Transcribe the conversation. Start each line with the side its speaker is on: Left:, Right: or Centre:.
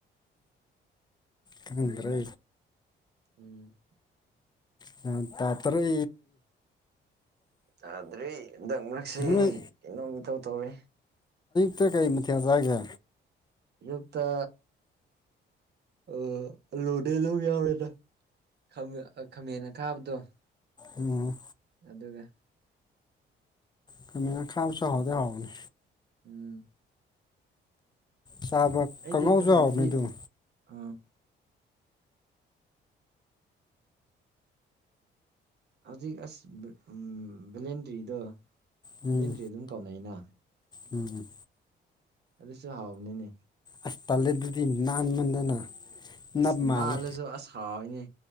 Left: ꯈꯪꯍꯟꯗ꯭ꯔꯦ
Right: ꯎꯝ
Left: ꯒ꯭ꯌꯥꯟ ꯇꯥꯇ꯭ꯔꯦ
Right: ꯇꯥꯗ꯭ꯔꯤ ꯍꯟꯗꯛ ꯃꯔꯛꯁꯦ
Left: ꯅꯣꯏ
Right: ꯀꯩꯅꯣꯝ ꯏꯇꯧ ꯇꯧꯋꯦ
Left: ꯀꯩ ꯀꯩ ꯃꯊꯦꯜ ꯆꯥꯒꯦ
Right: ꯌꯨꯛꯇ ꯑ ꯑꯂꯨꯗꯤ ꯑꯗꯨꯝ ꯌꯥꯎꯔꯦꯗ ꯈꯥꯃꯦꯟ ꯑ ꯈꯥꯃꯦꯟ ꯑꯈꯥꯕꯗꯣ
Left: ꯎꯝ
Right: ꯑꯗꯨꯒ
Left: ꯈꯥꯃꯦꯟ ꯑꯈꯥꯕꯁꯨ ꯍꯥꯎꯗꯤ ꯍꯥꯎꯕꯅꯤ
Right: ꯎꯝ
Left: ꯆꯥꯕ
Right: ꯑꯩꯗꯤ
Left: ꯀꯥꯡꯍꯧꯁꯨ
Right: ꯑꯗꯨꯒꯨꯝꯕꯗꯤ
Left: ꯍꯥꯎꯕꯅꯦ ꯑꯗꯨꯝ
Right: ꯑꯥ ꯍꯧꯖꯤꯛ ꯑꯁ ꯎꯝ ꯕꯦꯂꯦꯟꯗ꯭ꯔꯤꯗꯣ
Left: ꯎꯝ
Right: ꯕ꯭ꯂꯦꯟꯗ꯭ꯔꯤ ꯑꯗꯨꯝ ꯀꯧꯅꯩꯩꯌꯦꯅ
Left: ꯎꯝ
Right: ꯑꯗꯨꯁꯨ ꯍꯥꯎꯕꯅꯤꯅꯦ
Left: ꯑꯁ ꯇꯜꯂꯦꯗꯨꯗꯤ ꯅꯥꯟꯃꯟꯗꯅ
Right: ꯑꯁ
Left: ꯅꯞ ꯃꯥꯜꯂꯦ
Right: ꯅꯥꯜꯂꯖꯨ ꯑꯁ ꯍꯥꯎꯋꯤꯅꯦ